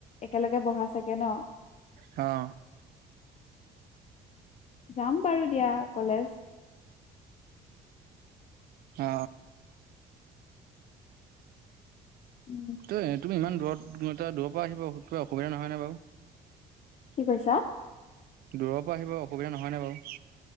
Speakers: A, on the left; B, on the right.
A: একেলগে বহা চাগে ন?
B: অঁ।
A: যাম বাৰু দিয়া কলেজ।
B: অ অ।
A: উম।
B: তুমি, তুমি ইমান দূৰত কিলোমিটাৰ দূৰ পৰা আহিব কিবা অসুবিধা নহয়নে বাৰু?
A: কি কৈছা?
B: দূৰৰ পৰা আহিব অসুবিধা নহয়নে বাৰু?